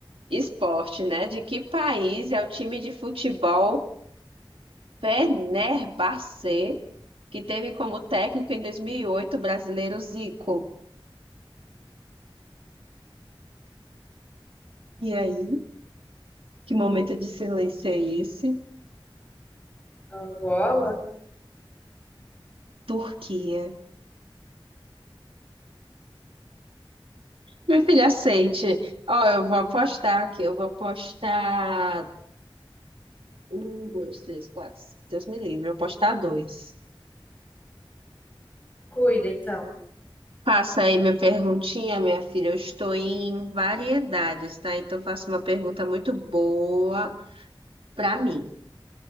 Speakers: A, on the right (about 80°); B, on the left (about 15°).
A: Esporte, né? De que país é o time de futebol Fenerbahçe, que teve como técnico em 2008 o brasileiro Zico? E aí? Que momento de silêncio é esse?
B: Angola?
A: Turquia. Meu filho, aceite. Ó, eu vou apostar aqui. Eu vou apostar. Um, dois, três, quatro. Deus me livre. Eu vou apostar dois.
B: Cuida, então.
A: Passa aí minha perguntinha, minha filha. Eu estou em variedades, tá? Então, faça uma pergunta muito boa para mim.